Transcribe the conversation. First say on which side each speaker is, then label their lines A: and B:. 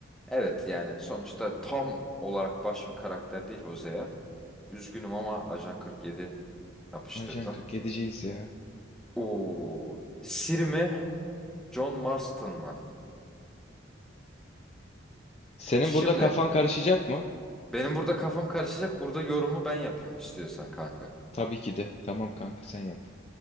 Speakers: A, in the centre; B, on the left.
A: Evet yani sonuçta tam olarak baş bir karakter değil Hosea. Üzgünüm ama Ajan 47 yapıştırdım.
B: Ajan 47'ciyiz ya.
A: Oo, Siri mi? John Marston mı?
B: Senin
A: Şimdi
B: burada kafan karışacak mı?
A: benim burada kafam karışacak. Burada yorumu ben yapayım istiyorsan kanka.
B: Tabii ki de. Tamam kanka sen yap.